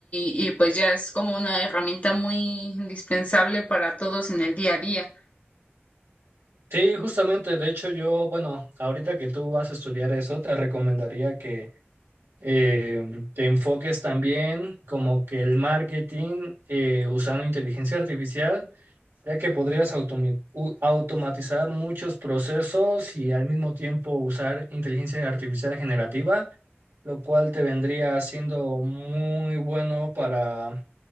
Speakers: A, on the left (about 35°); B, on the right (about 80°).
A: y pues ya es como una herramienta muy indispensable para todos en el día a día.
B: Sí, justamente, de hecho yo, bueno, ahorita que tú vas a estudiar eso, te recomendaría que eh, te enfoques también como que el marketing eh, usando inteligencia artificial ya que podrías automi- u- automatizar muchos procesos y al mismo tiempo usar inteligencia artificial generativa, lo cual te vendría siendo muy bueno para,